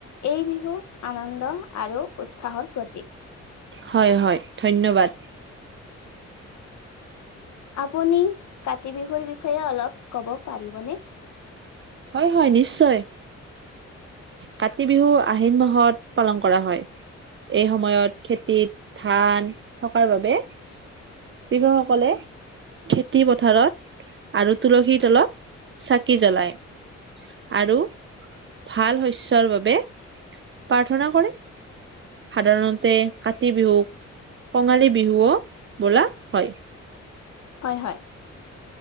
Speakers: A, on the left; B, on the right.
A: এই বিহু আনন্দ আৰু উৎসাহৰ প্ৰতীক।
B: হয় হয়। ধন্যবাদ।
A: আপুনি কাতি বিহুৰ বিষয়ে অলপ ক'ব পাৰিবনে?
B: হয়- হয় নিশ্চয়। কাতি বিহু আহিন মাহত পালন কৰা হয়। এই সময়ত খেতিত ধান থকাৰ বাবে। কৃষকসকলে খেতি পথাৰত আৰু তুলসীৰ তলত চাকি জ্বলায়। আৰু ভাল শস্যৰ বাবে প্ৰাৰ্থনা কৰে সাধাৰণতে কাতি বিহুক কঙালী বিহুও বোলা হয়।
A: হয় হয়।